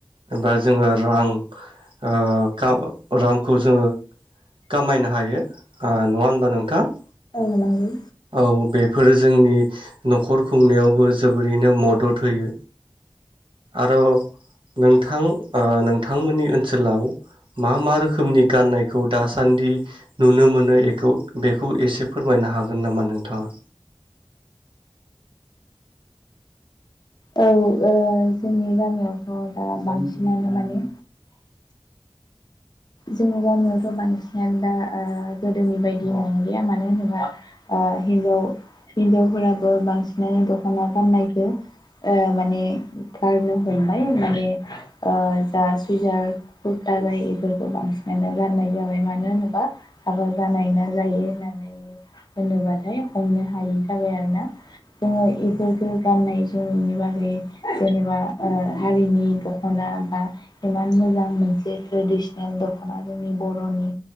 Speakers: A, on the right; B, on the left.
A: बा जोङो रां ओ खा रांखौ जोङो खामायनो हायो नङा होनबा नोंथां।
B: औ नंगौ।
A: औ बेफोरो जोंनि नखर खुंनायावबो जोबोरैनो मदद होयो आरो नोंथां नोंथांमोननि ओनसोलाव मा मा रोखोमनि गाननायखौ दासान्दि नुनो मोनोखौ बेखौ एसे फोरमायनो हागोन हागोन नामा नोंथाङा।
B: औ ओं जोंनि गामियावथ दा बांसिनानो माने जोंनि गामियावथ बांसिनानो दा ओ गोदोनि बायदि नंलिया मानो होनोबा हिनजाव हिनजावफोराबो बांसिनानो दखना गाननायखो ओ माने गारनो हमबाय माने ओ जा सुइजार कुर्ता जायो इफोर बांसिनानो गाननाय जाबाय मानो होनोबा हाबा जानाय ना जायो होननानै होनोबाथाय हमनो हायि जाबाय आरोना। जोङो इफोरखौ गाननाय जोमनायनि बागै जेनेबा ओ हारिनि दख'ना बा एमान मोजां मोनसे ट्रेडसन दखना जोंनि बर'नि